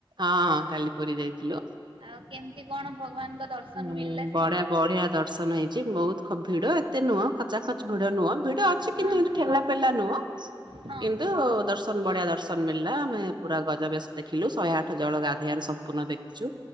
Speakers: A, on the right (about 55°); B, on the right (about 75°).
A: ହଁ କାଲି ପୁରୀ ଯାଇଥିଲୁ।
B: ଆଉ କେମିତି କଣ ଭଗବାନଙ୍କ ଦର୍ଶନ
A: ଉଁ
B: ମିଳିଲା
A: ବଢିଆ
B: ସେଇଠି?
A: ବଢିଆ ଦର୍ଶନ ହେଇଛି ବହୁତ ଭିଡ ଏତେ ନୁହଁ ଖଚା ଖଚ ଭିଡ ନୁହଁ ଭିଡ ଅଛି କିନ୍ତୁ
B: ହଁ
A: ଏତେ
B: ହଁ
A: ଠେଲା ପେଲା ନୁଅ।
B: ହଁ
A: କିନ୍ତୁ
B: ହଁ ହଁ
A: ଦର୍ଶନ ବଢିଆ ଦର୍ଶନ ମିଳିଲା ଆମେ ପୁରା ଗଜା ବେଶ ଦେଖିଲୁ ଶହେ ଆଠ ଜଳ ଗାଧେଆରେ ସବ ପୂର୍ଣ୍ଣ ଦେଖିଛୁ